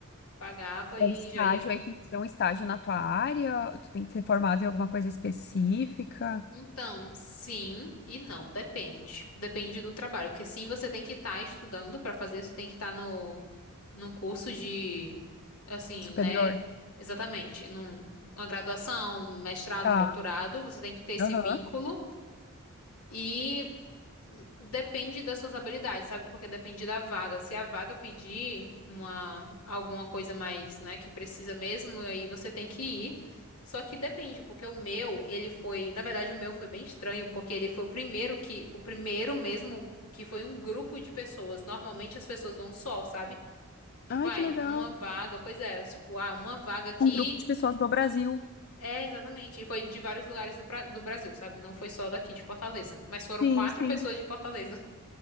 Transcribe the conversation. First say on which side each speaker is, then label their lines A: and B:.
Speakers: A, on the left; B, on the left.
A: pagava
B: é
A: e
B: estágio,
A: já ia
B: aí tem que ser um estágio na tua área, tu tem que ser formado em alguma coisa específica,
A: Então, sim e não, depende. Depende do trabalho, porque sim, você tem que estar estudando para fazer, você tem que estar no num curso de assim,
B: superior.
A: né? Exatamente, num uma graduação, um mestrado,
B: Tá.
A: um doutorado, você tem que ter esse
B: Aham.
A: vínculo. e Depende das suas habilidades, sabe? Porque depende da vaga. Se a vaga pedir uma alguma coisa mais, né, que precisa mesmo, aí você tem que ir. Só que depende, porque o meu, ele foi, na verdade, o meu foi bem estranho, porque ele foi o primeiro que, o primeiro mesmo que foi um grupo de pessoas. Normalmente as pessoas vão só, sabe? Tipo,
B: Ai,
A: ai,
B: que legal.
A: uma vaga, pois é, tipo, ah, uma vaga aqui.
B: Um grupo de pessoas do Brasil.
A: É, exatamente. E foi de vários lugares do, pra- do Brasil, sabe? Não foi só daqui de Fortaleza. Mas foram
B: Sim,
A: quatro
B: sim.
A: pessoas de Fortaleza.